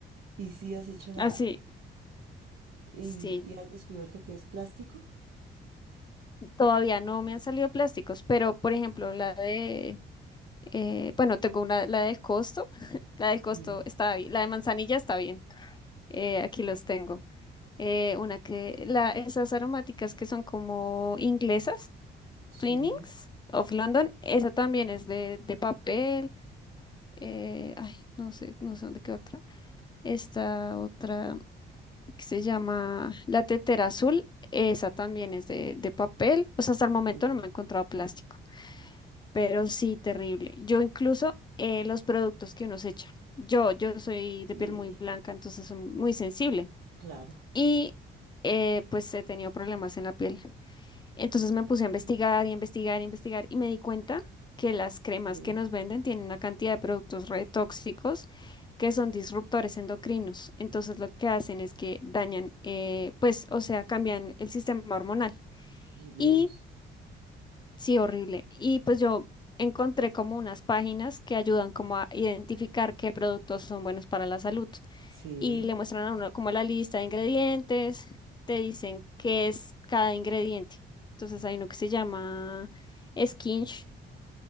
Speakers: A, on the right; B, on the left.
A: ¿Y si has hecho la
B: Así,
A: y,
B: sí.
A: y has descubierto que es plástico?
B: Todavía no me han salido plásticos, pero por ejemplo, la de, eh, bueno, tengo una, la del costo. La del
A: Sí.
B: costo está bien. La de manzanilla está bien. Eh, aquí los tengo eh, una que, la, esas aromáticas que son como inglesas,
A: Sí.
B: Twinings of London, esa también es de, de papel. eh, ay, no sé, no sé dónde queda otra. Esta otra que se llama La Tetera Azul, esa también es de, de papel. O sea, hasta el momento
A: Sí,
B: no me he encontrado plástico, pero sí, terrible. Yo incluso eh, los productos que uno se echa. Yo, yo soy de
A: sí,
B: piel muy blanca, entonces soy muy sensible.
A: claro.
B: Y eh, pues he tenido problemas en la piel Entonces me puse a investigar y investigar y investigar y me di cuenta que las cremas
A: Sí.
B: que nos venden tienen una cantidad de productos re tóxicos que son disruptores endocrinos. Entonces lo que hacen es que dañan, eh, pues, o sea, cambian el sistema hormonal.
A: Ay, Dios.
B: Y sí, horrible. Y pues yo encontré como unas páginas que ayudan como a identificar qué productos son buenos para la salud
A: Sí,
B: y le muestran a uno como la lista de ingredientes, te dicen qué es cada ingrediente. Entonces hay uno que se llama Skin Short,